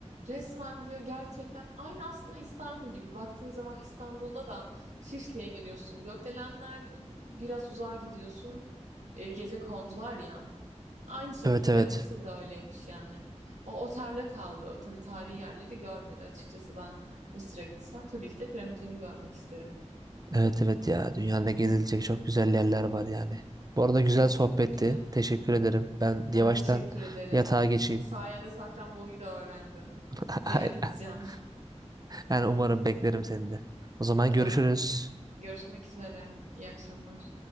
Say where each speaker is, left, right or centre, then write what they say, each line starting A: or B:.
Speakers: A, on the right (about 80°); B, on the right (about 35°).
A: resmen diyor gerçekten aynı aslında İstanbul gibi. Baktığın zaman İstanbul'da da Şişli'ye geliyorsun. Gökdelenler e, biraz uzağa gidiyorsun. E, gece kondular ya. Aynı şekilde
B: Evet evet.
A: Mısır'da öyleymiş yani. O otelde kaldı. Tabii tarihi yerleri görmedi. Açıkçası ben Mısır'a gitsem tabii ki de piramitleri görmek isterim.
B: Evet evet ya. Dünyada gezilecek çok güzel yerler var yani. Bu arada güzel
A: Kesinlikle.
B: sohbetti. Teşekkür ederim. Ben
A: Ben
B: yavaştan
A: teşekkür ederim.
B: yatağa geçeyim.
A: Sayende Safranbolu'yu da öğrendim.
B: <laughs>
A: Ziyaret edeceğim
B: Yani umarım beklerim seni de. O
A: <laughs>
B: zaman
A: umarım.
B: görüşürüz.
A: Görüşmek üzere. İyi akşamlar.